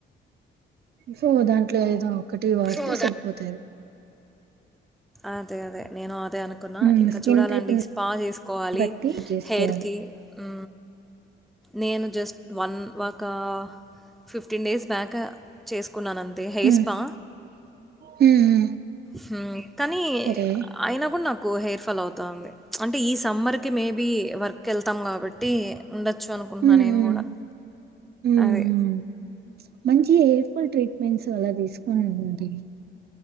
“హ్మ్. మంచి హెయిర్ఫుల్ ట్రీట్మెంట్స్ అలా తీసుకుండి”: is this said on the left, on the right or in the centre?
Right